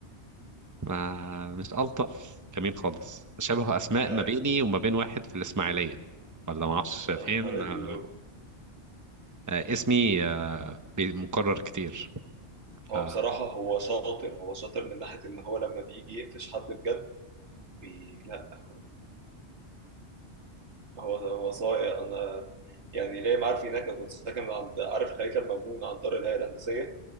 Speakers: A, on the right; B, on the right.
A: ما مش ألطف كمين خالص شبه أسماء
B: <laughs>
A: ما بيني وما بين واحد في الإسماعيلية ولا ما أعرفش
B: يا
A: فين
B: نهار اللو
A: آه آه اسمي آه بي- مكرر كتير
B: هو
A: ف-
B: بصراحة هو شاطر هو شاطر من ناحية إن هو لما بيجي يقفش حد بجد بي... لا هو هو هو صايع أنا يعني ليه ما عارف هناك أنا كنت ساكن عند عارف خليفة المأمون عند دار الهيئة الهندسية